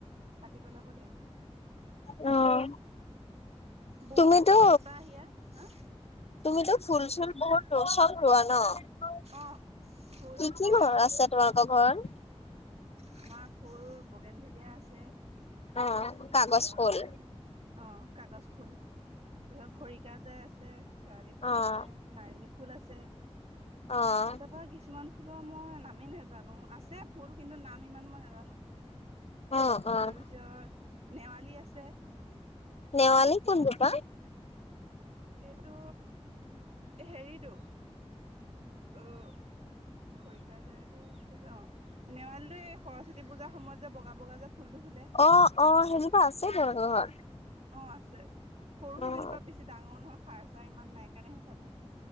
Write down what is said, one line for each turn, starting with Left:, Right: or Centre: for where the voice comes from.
Right: কাটি পেলাব লাগিব।
Left: অ'।
Right: বহুত
Left: তুমিটো,
Right: বতাহ ইয়াত হা
Left: তুমিটো ফুল চুল বহুত ৰচন ৰোৱা ন'
Right: অঁ ফুল
Left: কি কি
Right: গছ
Left: ঘৰ আছে তোমালোকৰ ঘৰত
Right: আমাৰ ফুল বগেনভেলিয়া আছে।
Left: অ',
Right: তাৰপিছত
Left: কাগজ ফুল
Right: অ' কাগজ ফুল ধ ধৰক খৰিকাজাই আছে, শেৱালি ফুল
Left: অ',
Right: আছে, নাৰ্জী ফুল ফুল আছে।
Left: অ',
Right: তাৰাপা কিছুমান ফুলৰ মই নামে নেজানো। জানো আছে ফুল কিন্তু নাম ইমান মই নাজানো।
Left: অ', অ',
Right: তাৰপিছত নেৱালী আছে।
Left: নেৱালি কোন জোপা?
Right: এইটো হেৰিটো অ'। খৰিকাজায়টো আছিলে অ' নেৱালী, সৰস্বতী পূজাৰ সময়ত যে বগা-বগা যে ফুলটো ফুলে
Left: অ', -অ' সেই জোপা আছে তেওঁলোকৰ ঘৰত।
Right: অ' আছে সৰু
Left: অ',
Right: যেনিবা বেছি ডাঙৰ নহয়, সাৰ-চাৰ ইমান নাই কাৰণে সেইফালে।